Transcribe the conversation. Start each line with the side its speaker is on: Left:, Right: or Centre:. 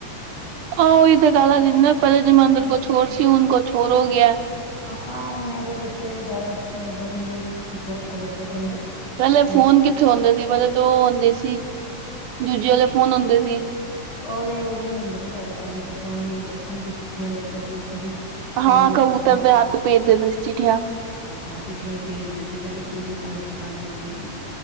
Right: ਆਹ ਉਹੀ ਤਾਂ ਗੱਲ ਆ ਸੀ ਨਾ ਪਹਿਲੇ ਜਮਾਨੇ ਕੁਛ ਹੋਰ ਸੀ ਹੁਣ ਕੁਛ ਹੋਰ ਹੋ ਗਿਆ,
Left: ਹਾਂ ਹੁਣ ਐਵੇਂ ਬੱਚੇ ਜ਼ਿਆਦਾ ਮਤਲਬ ਨੀ ਚੀਜ਼ਾਂ ਦਾ ਤਵੱਜੋ ਦਿੰਦੇ,
Right: ਪਹਿਲੇ
Left: ਲੇਕਿਨ
Right: ਫੋਨ ਕਿੱਥੇ ਹਉਂਦੇ ਸੀ, ਵਾਲੇ ਤੋਂ ਉਹ ਆਉਂਦੇ ਸੀ ਦੂਜੇ ਵਾਲੇ ਫੋਨ ਆਉਂਦੇ ਸੀ
Left: ਔਰ ਇਹ ਉਹ ਵੀ ਨੀ ਹੁੰਦਾ ਸੀ ਸਾਡੇ ਟਾਈਮ ਤੇ ਫੋਨ ਨ ਹੁੰਦੇ ਸੀ ਚਿੱਠੀਆਂ ਲਿਖਿਆ ਸੀ ਕਦੀ, ਪਾਉਂਦੇ
Right: ਹਾਂ
Left: ਸੀ
Right: ਕਬੂਤਰ ਦੇ ਹੱਥ ਭੇਜ ਦਿੰਦੇ ਸੀ ਚਿੱਠੀੀਆਂ
Left: ਹਾਂ ਚਿੱਠੀਆਂ ਹੀ ਭੇਜਦੇ ਸੀ ਪਹਿਲੇ ਪੀਲੇ ਪੋਸਟ ਕਾਰਡ ਚੱਲਦੇ ਸੀ